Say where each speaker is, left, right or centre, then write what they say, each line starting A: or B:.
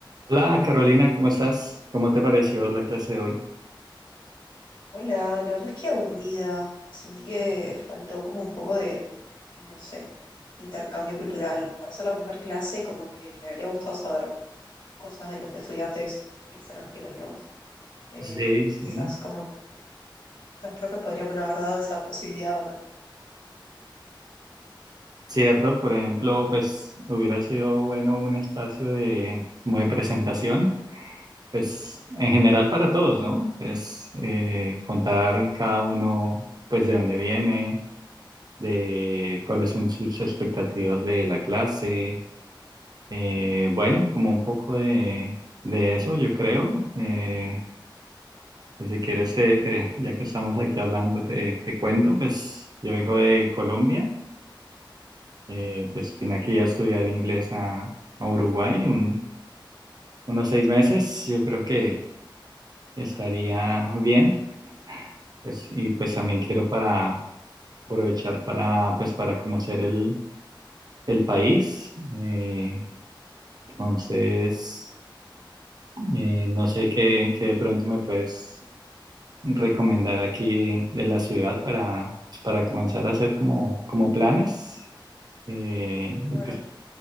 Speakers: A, on the right; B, on the left.
A: Hola Carolina, ¿cómo estás? ¿Cómo te pareció la clase de hoy?
B: Hola, la verdad es que aburrida. Sentí que faltó como un poco de, no sé, intercambio cultural. Para ser la primera clase, como que me habría gustado saber cosas de los estudiantes extranjeros, digamos. Eh,
A: Sí,
B: y
A: sí.
B: quizás como que los profes podrían haber dado esa posibilidad, ahora.
A: Cierto, por ejemplo, pues hubiera sido bueno un espacio de como de presentación, pues en general para todos, ¿no? Pues eh, contar cada uno, pues de dónde viene, de cuáles son sus expectativas de la clase, eh, bueno, como un poco de, de eso, yo creo. Eh, Pues Si quieres, te, te- ya que estamos aquí hablando, te, te cuento, pues yo vengo de Colombia, eh, pues vine aquí a estudiar inglés a, a Uruguay un- unos seis meses, yo creo que estaría bien, pues, y pues también quiero para aprovechar para, pues, para conocer el, el país, eh, entonces, eh, no sé qué, qué de pronto me puedes recomendar aquí de la ciudad para, pues, para comenzar a hacer como, como planes eh,
B: Bueno,
A: y pues